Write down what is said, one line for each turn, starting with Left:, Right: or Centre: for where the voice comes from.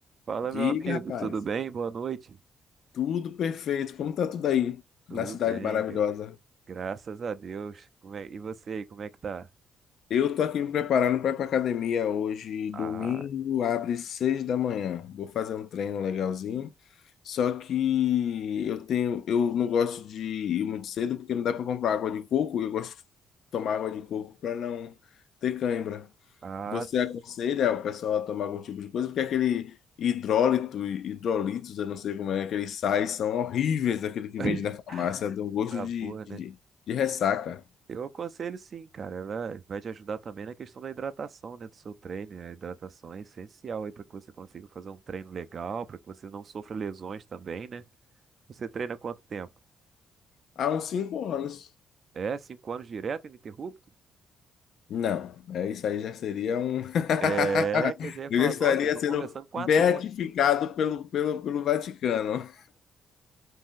Right: Fala,
Left: Diga,
Right: meu amigo,
Left: rapaz.
Right: tudo bem? Boa noite.
Left: Tudo perfeito. Como tá tudo aí
Right: Tudo
Left: na cidade
Right: bem,
Left: maravilhosa?
Right: gra- graças a Deus. Como é- E você aí, como é que tá?
Left: Eu tô aqui me preparando para ir pra academia hoje.
Right: Ah,
Left: Domingo abre seis da manhã. Vou fazer um treino legalzinho. Só que eu tenho, eu não gosto de ir muito cedo porque não dá para comprar água de coco. e Eu gosto de tomar água de coco para não ter cãibra.
Right: ah,
Left: Você
Right: sim,
Left: aconselha o pessoal a tomar algum tipo de coisa? Porque aquele hidrólito, hidrolitos, eu não sei como é, aqueles sais são horríveis, aquele que
Right: <laughs>
Left: vende na farmácia, dá um gosto
Right: sabor,
Left: de, de,
Right: né?
Left: de de ressaca.
Right: Eu aconselho sim, cara. Ela vai te ajudar também na questão da hidratação, né, do seu treino. A hidratação é essencial aí para que você consiga fazer um treino legal, para que você não sofra lesões também, né? Você treina quanto tempo?
Left: Há uns cinco anos.
Right: É, cinco anos direto, ininterrupto?
Left: Não, é isso aí já seria um. <laughs>
Right: É, que eu já ia
Left: Eu
Right: falar,
Left: já estaria
Right: nossa, eu tô
Left: sendo
Right: conversando com
Left: beatificado
Right: um atleta.
Left: pelo, pelo, pelo Vaticano.